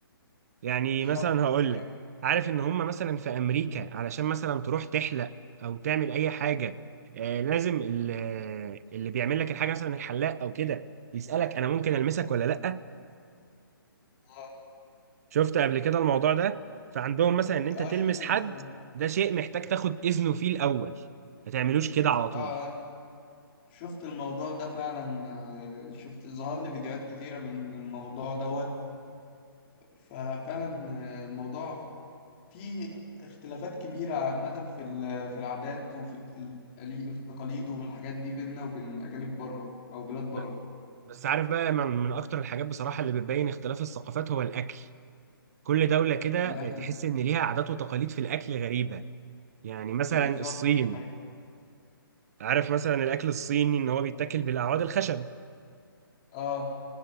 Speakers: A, on the right; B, on the left.
A: يعني
B: بالظبط
A: مثلا هقول
B: حقيقة.
A: لك عارف ان هم مثلا في امريكا علشان مثلا تروح تحلق او تعمل اي حاجه آه لازم ال- آه، اللي بيعمل لك الحاجه مثلا الحلاق او كده يسالك انا ممكن المسك ولا لا
B: اه
A: شفت قبل كده الموضوع ده فعندهم مثلا ان انت
B: آه،
A: تلمس
B: شفت الموضوع
A: حد
B: ده
A: ده شيء محتاج تاخد اذنه فيه الاول ما تعملوش كده على طول
B: اه انا شفت الموضوع ده فعلا آه، شفت ظهر لي فيديوهات كتيرة من الموضوع دوت ففعلا آه، الموضوع فيه اختلافات كبيرة عامة في ال- في العادات وفي التقالي- في التقاليد والحاجات دي بيننا وبين أجانب بره أو بلاد بره
A: ب- بس عارف بقى من, من اكتر الحاجات بصراحه اللي بتبين اختلاف الثقافات هو الاكل كل دوله كده
B: الأكل
A: آه، تحس ان ليها عادات وتقاليد في الاكل غريبه يعني مثلا
B: بالظبط
A: الصين
B: حقيقي
A: عارف مثلا الاكل الصيني ان هو بيتاكل بالاعواد الخشب
B: اه